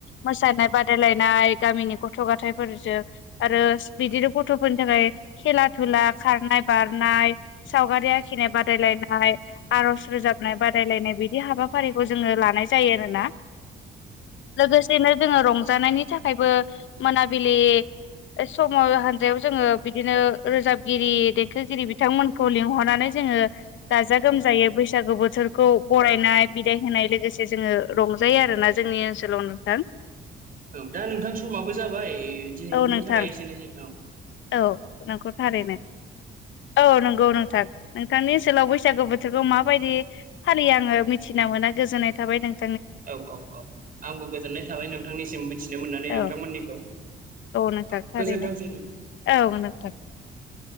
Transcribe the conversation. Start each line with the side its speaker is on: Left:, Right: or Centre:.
Left: मोसानाय ब बादायलायनाय गामिनि गथ' गथायाइफोरजों आरो बिदिनो गथ'फोरनि थाखाय खेला धुला खारनाय बारनाय सावगारि आखिनाय बादायलायनाय आर'ज रोजाबनाय बादायलायनाय बिदि हाबाफारिखौ जोङो लानाय जायो आरोना। लोगोसेनो जोङो रंजानायनि थाखायबो मोनाबिलि सम' हान्जायाव जोङो बिदिनो रोजाबगिरि देंखोगिरि बिथांमोनखौ लिंहरनानै जों <unintelligible> गाजा गोमजायै बैसागो बोथोरखौ बरायनाय बिदाय होनाय लोगोसे जोङो रंजायो आरोना जोङो। जोंनि ओनसोलाव नोंथां।
Right: औ दा नोंथां समाबो जाबाय दिनैनि
Left: औ नोंथां
Right: थाखाय एसेनोसै औ‌
Left: औ नोंखौ थारैनो औ नंगौ नोंथां नोंथांनि
Right: औ
Left: ओनसोलाव बैसागु बोथोरखौ माबायदि फालियो आङो मिथिना मोना गोजोननाय थाबाय नों ।
Right: औ औ औ आंबो गोजोननाय थाबाय नोंथांनिसिम मिथिनो मोननानै
Left: औ
Right: नोंथांमोननिखौ। औ
Left: नोंथां थारैनो
Right: गोजोनथोंसै न।
Left: <unintelligible>